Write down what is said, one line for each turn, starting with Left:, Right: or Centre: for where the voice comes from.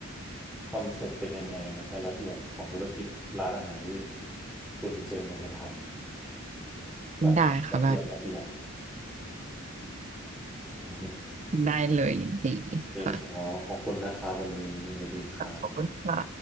Centre: คอนเซ็ปต์เป็นยังไงเนาะรายละเอียดของธุรกิจร้านอาหารที่คุณเจนอยากจะทำแบบละเอียดละเอียด
Right: ได้ค่ะได้
Centre: โ
Right: ได้เลยยินดี
Centre: อเคครับขอบคุณนะครับวันนี้สวัสดีครับ
Right: ค่ะขอบคุณค่ะ